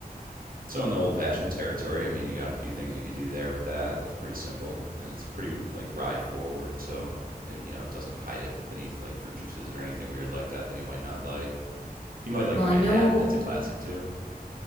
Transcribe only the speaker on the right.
So in the old fashioned territory, I mean, you got a few things you could do there with that. That's pretty simple, and it's pretty like rye forward. So it, you know, it doesn't hide it beneath like fruit juices or anything weird like that that he might not like. He might like
a Manhattan.
That's a classic too.